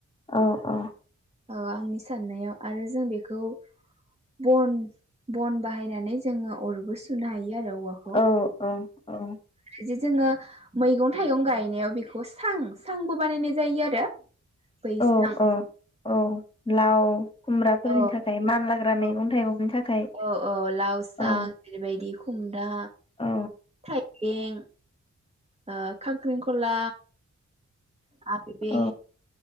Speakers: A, on the left; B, on the right.
A: औ औ।
B: आंनि साननायाव आरो जों बेखौ बन बन बाहायनानै जोङो अरबो सुनो हायो आरो औवाखौ।
A: औ औ।
B: जे जोङो मैगं थाइगं गायनायाव बेखौ सां सांबो बानायनाय जायो आरो बैसां
A: औ- औ- औ लाव खुमब्राफोरनि
B: औ
A: थाखाय मानलाग्रा
B: -औ-
A: मैगं थाइगंनि थाखाय
B: औ- औ लावसा
A: औ
B: बेफोरबायदि खुम्रा
A: औ
B: थायो। एं। ओ खांख्रिंखला आ बे
A: औ